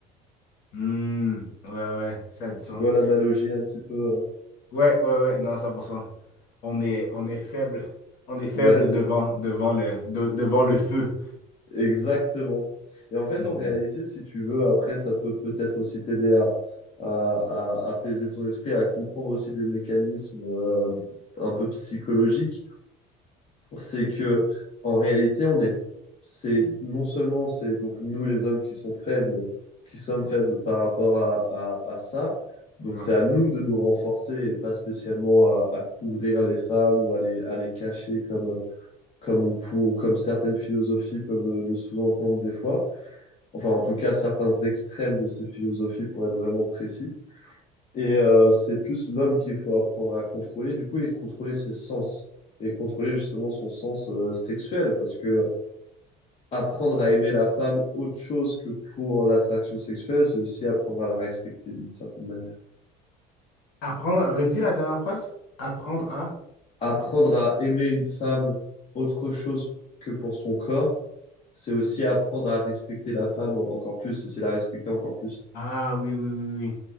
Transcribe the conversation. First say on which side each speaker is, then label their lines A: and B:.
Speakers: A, on the left; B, on the left.
A: Hmm, ouais, ouais, ça a du sens.
B: Tu vois l'analogie un petit peu? hein
A: Ouais, ouais, ouais, non, 100% On est,
B: C'est-
A: on est faible. On est faible
B: Ouais,
A: devant, devant le, de- devant le feu.
B: exactement. Et en fait,
A: Hmm,
B: en réalité, si tu veux, après, ça peut peut-être aussi t'aider à, à- à apaiser ton esprit, à comprendre aussi des mécanismes euh, un peu psychologiques. c'est que en réalité, on est, c'est non seulement c'est donc nous les hommes qui sont faibles, qui sommes faibles par rapport à, à, à ça, donc
A: ouais.
B: c'est à nous de nous renforcer et pas spécialement à, à couvrir les femmes ou à les, à les cacher comme, comme on pour, comme certaines philosophies peuvent le, le sous-entendre des fois. Enfin, en tout cas, certains extrêmes de ces philosophies pour être vraiment précis. Et euh, c'est plus l'homme qu'il faut apprendre à contrôler, du coup, et contrôler ses sens. Et contrôler justement son sens euh, sexuel. Parce que apprendre à aimer la femme autre chose que pour l'attraction sexuelle, c'est aussi apprendre à la respecter d'une certaine manière.
A: Apprendre, redis la dernière phrase. Apprendre à.
B: Apprendre à aimer une femme autre chose que pour son corps, c'est aussi apprendre à respecter la femme en- encore plus. Et c'est la respecter encore plus.
A: Ah oui, oui, oui, oui.